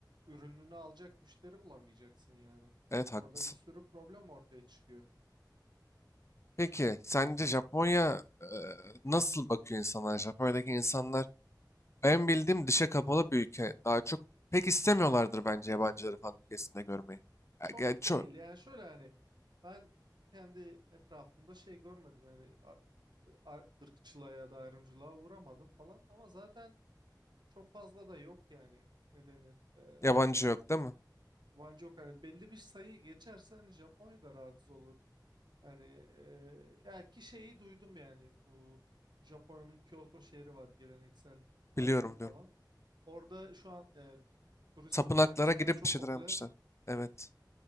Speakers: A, on the right (about 70°); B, on the left (about 40°).
A: ürününü alacak müşteri bulamayacaksın yani.
B: Evet haklısın.
A: Orada bir sürü problem ortaya çıkıyor.
B: Peki sence Japonya e, nasıl bakıyor insanlar? Japonya'daki insanlar Ben bildiğim dışa kapalı bir ülke. Daha çok pek istemiyorlardır bence yabancıları falan ülkesinde görmeyi. Ya,
A: Çok
B: gel- ço-
A: değil yani şöyle hani ben kendi etrafımda şey görmedim yani a- ırkçılığa ya da ayrımcılığa uğramadım falan ama zaten çok fazla da yok yani ne denir eee
B: yabancı yok değil mi?
A: yabancı yok hani belli bir sayı geçerse hani Japonya'da rahatsız olur hani eee ya ki şeyi duydum yani bu Japonya'nın Kyoto şehri var geleneksel tarihi
B: Biliyorum
A: falan
B: diyorum.
A: orada şu an eee, turist
B: Tapınaklara
A: açısından
B: gidip
A: çok
B: bir şeyler
A: popüler
B: yapmışlar. Evet.